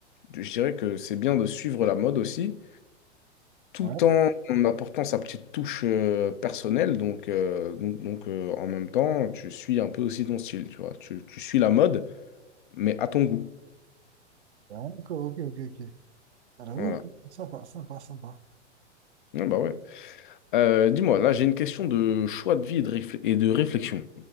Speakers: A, on the left (about 45°); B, on the right (about 70°).
A: je dirais que c'est bien de suivre la mode aussi, tout
B: Ouais,
A: en apportant sa petite touche euh, personnelle. Donc, euh, donc, donc, euh, en même temps, tu suis un peu aussi ton style, tu vois. Tu, tu suis la mode, mais à ton goût.
B: d'accord, ok, ok, ok. Ah, J'avoue,
A: Voilà.
B: ok, sympa, sympa, sympa.
A: Ah bah ouais. Euh, dis-moi, là, j'ai une question de choix de vie et de réfl- et de réflexion.